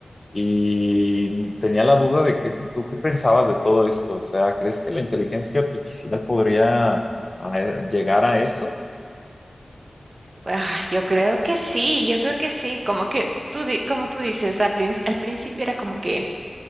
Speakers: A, on the left (about 35°); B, on the right (about 50°).
A: y tenía la duda de que tú qué pensabas de todo esto. O sea, ¿crees que la inteligencia artificial podría ah, eh, llegar a eso?
B: Ah, yo creo que sí, yo creo que sí. Como que tú, di- como tú dices, al, princ- al principio era como que,